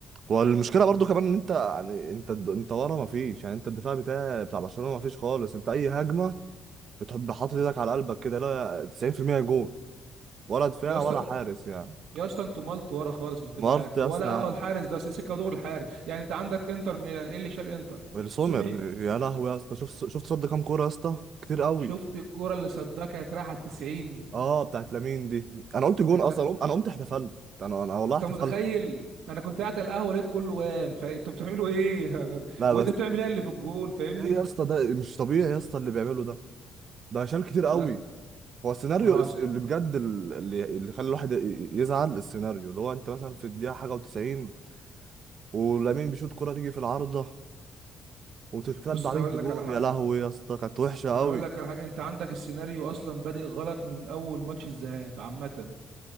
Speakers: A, on the right; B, on the right.
A: والمشكله برضو كمان ان انت يعني انت انت ورا ما فيش يعني انت الدفاع بتاع بتاع برشلونه ما فيش خالص انت اي هجمه بتحب حاطط ايدك على قلبك كده لا 90% جول ولا دفاع
B: جاست
A: ولا حارس يعني
B: يا اسطى انتوا مالت ورا خالص عشان تبقى
A: مارت
B: عارف
A: يا
B: ولا
A: اسطى يعني
B: اه الحارس ده سيكا دور الحارس يعني انت عندك انتر ميلان ايه اللي شال انتر
A: السومر
B: سومير
A: يا لهوي يا اسطى شفت شفت صد كام كوره يا اسطى كتير قوي
B: شفت الكرة اللي صدها راح على 90
A: اه بتاعت لامين دي انا قلت جون
B: انت
A: اصلا انا قمت أنا قمت احتفلت انا انا والله
B: انت
A: احتفلت
B: متخيل انا كنت قاعد على القهوه لقيت كله قام فانتوا بتعملوا ايه <laughs>
A: لا
B: وانت
A: بس
B: بتعمل ايه اللي في الجون فاهمني
A: ايه يا اسطى ده مش طبيعي يا اسطى اللي بيعمله ده ده شال كتير قوي
B: لا
A: هو السيناريو
B: ما هو
A: الس-
B: أصل-
A: اللي بجد ال- اللي اللي خلى الواحد ي- يزعل السيناريو اللي هو انت مثلا في الدقيقه حاجه و90 ولامين بيشوط كره تيجي في العارضه وتترد
B: بص
A: عليك
B: انا هقول
A: بجون
B: لك على حاجه
A: يا لهوي يا اسطى كانت وحشه
B: انا
A: قوي
B: هقول لك على حاجه انت عندك السيناريو اصلا بادئ غلط من اول ماتش الذهاب عامه